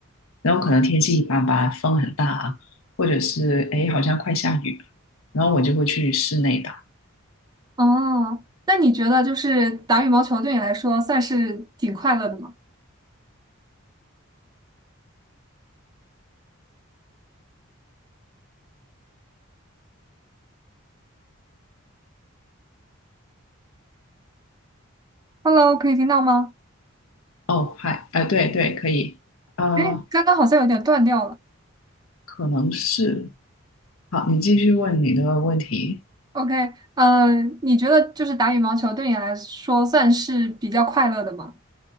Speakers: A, on the left; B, on the right.
A: 然后可能天气一般般，风很大啊，或者是哎好像快下雨了，然后我就会去室内打。
B: 哦，那你觉得就是打羽毛球对你来说算是挺快乐的吗？Hello，可以听到吗？
A: 哦，嗨，哎、对对，可以，啊
B: 哎，刚刚好像有点断掉了。
A: 可能是，好，你继续问你的问题。
B: OK，嗯、你觉得就是打羽毛球对你来说算是比较快乐的吗？